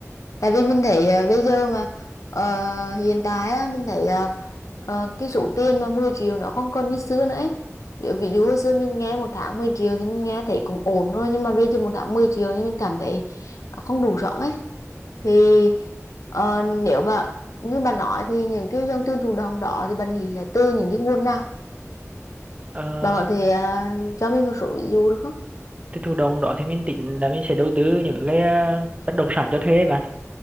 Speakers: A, on the left (about 80°); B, on the right (about 25°).
A: tại vì mình thấy ờ, bây giờ mà ờ, hiện tại á, mình thấy ờ, ờ, cái số tiền mà 10 triệu nó không còn như xưa nữa ấy Kiểu ví dụ hồi xưa mình nghe một tháng 10 triệu thì mình nghe thấy cũng ổn rồi nhưng mà bây giờ một tháng 10 triệu thì mình cảm thấy không đủ sống ấy thì ờ, nếu mà như bạn nói thì những cái dòng tiền thụ động đó thì bạn nghĩ là từ những cái nguồn nào
B: ờ,
A: Bạn có thể à, cho mình một số ví dụ được không?
B: cái thụ động đó thì mình tính là mình sẽ đầu tư những cái à, bất động sản cho thuê bạn